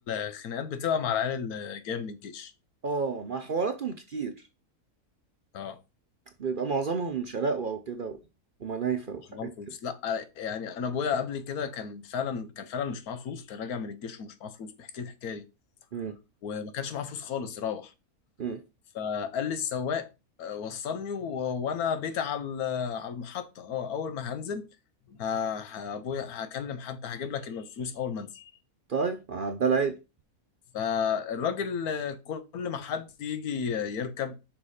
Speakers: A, on the left (about 70°); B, on the right (about 55°).
A: الخناقات بتبقى مع العيال اللي جايه من الجيش
B: اه مع حواراتهم كتير
A: اه
B: بيبقى معظمهم شقاوة او كده و- ومنايفة
A: مش
B: وحاجات
A: معاهم فلوس
B: كده
A: لا يعني انا ابويا قبل كده كان فعلا كان فعلا مش معاه فلوس كان راجع من الجيش ومش معاه فلوس بيحكي لي الحكايه دي
B: مم.
A: وما كانش معاه فلوس خالص يروح
B: مم.
A: فقال لي السواق آه، وصلني و- وانا بيت على ال- على المحطة اه اول ما هنزل ه- ه- ابويا هكلم حد هجيب لك الفلوس اول ما انزل
B: طيب عدى العيب
A: فالراجل آه، كل ما حد يجي يركب